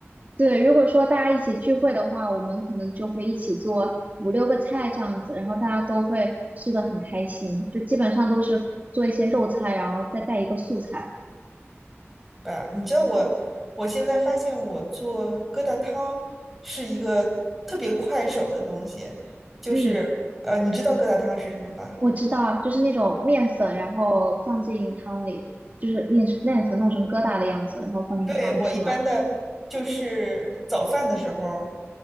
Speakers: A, on the right; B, in the centre.
A: 对，如果说大家一起聚会的话，我们可能就会一起做五六个菜这样子，然后大家都会吃的很开心，就基本上都是做一些肉菜，然后再带一个素菜。
B: 是吧？你知道我我现在发现我做疙瘩汤是一个特别快手的东西，就是呃，
A: 嗯，
B: 你知道疙瘩汤是什么吧？
A: 我知道，就是那种面粉，然后放进汤里，就是面面粉弄成疙瘩的样子，然后放进汤里，
B: 对，我一般的就是早饭的时候，
A: 是吗？